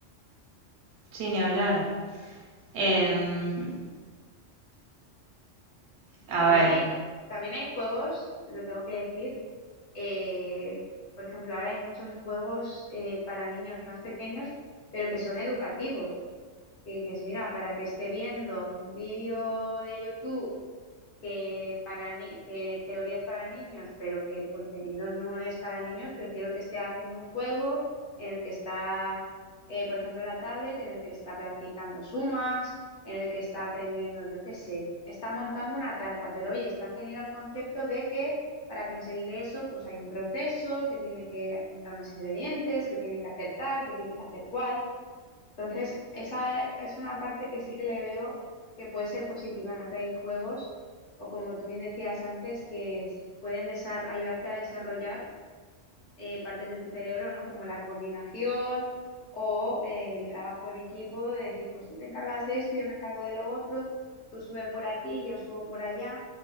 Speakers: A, on the right; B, on the left.
A: sí, ni hablar. Em, a
B: También
A: ver,
B: hay, ju- también hay juegos, lo tengo que decir. eh, por ejemplo, ahora hay muchos juegos eh, para niños más pequeños, pero que son educativos. Que dices, mira, para que esté viendo un vídeo de YouTube que, para ni- que teorías para niños, pero que el contenido no es para niños, prefiero que esté haciendo un juego en el que está, eh, por ejemplo, la tablet, en el que está practicando sumas, en el que está aprendiendo, yo qué sé, está montando una tarta, pero oye, están teniendo el concepto de que para conseguir eso, pues hay un proceso, que tiene que juntar unos ingredientes, que tiene que hacer tal, que tiene que hacer cual. Entonces, esa es una parte que sí que le veo que puede ser positiva, ¿no? Que hay juegos, o como tú bien decías antes, que es- pueden desar- ayudarte a desarrollar eh, partes de tu cerebro, ¿no? Como la coordinación o eh, el trabajo en equipo, de decir, pues tú te encargas de esto, yo me encargo de lo otro, tú sube por aquí, yo subo por allá,